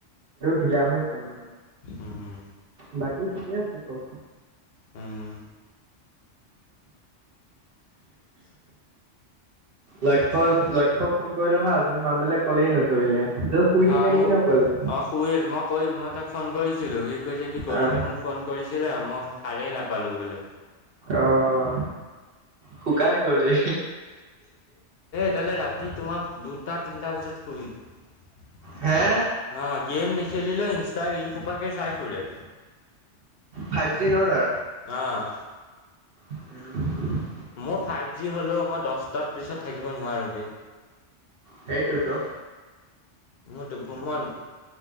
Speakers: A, on the right; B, on the left.
A: ঢিলা হৈ আছে মানে,
B: উম
A: বাকী ঠিকে আছো চব।
B: হুম। <inaudible>
A: লক্ষ্য লক্ষ্যক ফোন কৰিলো হা উঠনি মানুহ ডালে কলেই নধৰিলে। এইডাল শুই
B: হা
A: থাকে নেকি
B: মোক
A: ন পোৱালিডাল
B: অ' শুই আছে মই কৈ মই তাক ফোন কৰিছিলো, সি কৈছে কি গৌৰৱে
A: আহ
B: মোক ফোন কৰিছিলে মই সাৰেই নাপালো বোলে।
A: আহ, শুকাই গলি।
B: তেতিয়ালৈ ৰাতি তোমাক দুটা তিনিটা বজাত কৰিম। আহ,
A: হে
B: গেম নেখেলিলেও ইনষ্টা ৰীল সোপাকে চাই ফুৰে।
A: ফাইভ জি ন তাৰ।
B: অ'
A: উম।
B: মোৰ ফাইভ জি হ'লেও মই দচটাৰ পিছত থাকিব নোৱাৰোঁ বে।
A: সেইটোয়েতো।
B: মোৰতো মন